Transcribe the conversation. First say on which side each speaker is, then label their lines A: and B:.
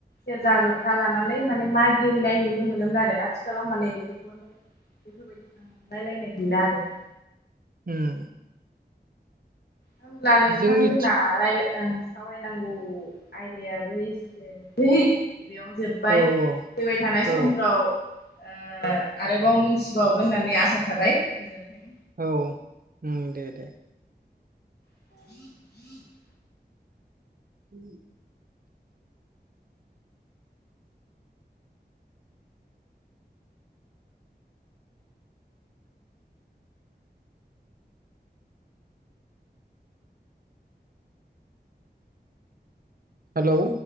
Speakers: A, on the left (about 65°); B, on the right (about 55°).
A: सेर्जा जथा लानानै माने मा गेलेनाय नुनो मोनोमोन आरो आथिखालाव माने फोरखौ <unintelligible> माने बेफोरबायदि थांलायलायनाय गैला आरो।
B: उम
A: होमब्ला नोंथां
B: जोंनिथि
A: जोंना रालाय ओ सावरायनांगौ आयदायाबो एसेनोसै बेयावनो जोब्बाय
B: औ औ
A: फैबाय थानाय समफ्राव
B: औ
A: ओ आरोबाव मोनथिबावगोन होननानै आसा थाबाय गोजोन्थों।
B: औ उम दे दे।
A: <inaudible>
B: उम हेलौ